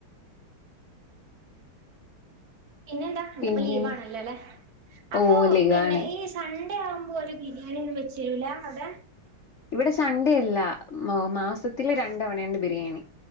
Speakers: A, on the right; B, on the left.
A: പിന്നെ എന്താ ഇന്നിപ്പോ
B: പിന്നെ
A: ലീവ് ആണല്ലോല്ലെ അപ്പൊ
B: ഓ ലീവാണ്
A: പിന്നെ ഈ സൺ <unintelligible> ആവുമ്പോ ഒരു ബിരിയാണി ഒന്നും വെച്ചെരൂല അടെ
B: ഇവിടെ സൺ‌ഡേ ഇല്ല മൗ മാസത്തിലെ രണ്ട് ണ്ട് തവണണ്ട് ബിരിയാണി